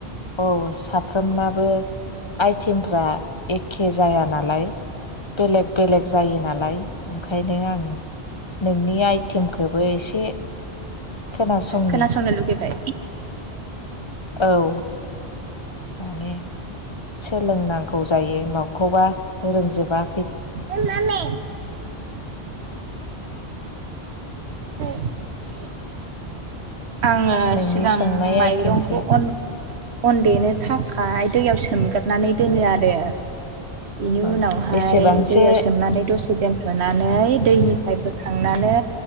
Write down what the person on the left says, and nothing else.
औस साफ्रोमनाबो आइटेमफ्रा एखे जाया नालाय बेलेग बेलेग जायो नालाय ओंखायनो आं नोंनि आइ टिमखौबो एसे खोनासंनि।
औ माने सोलोंनांगौ जायो माखौबा रोंजोबा।
नोंनि
संनाय
आइटेमखौ
अ
बेसेबांसो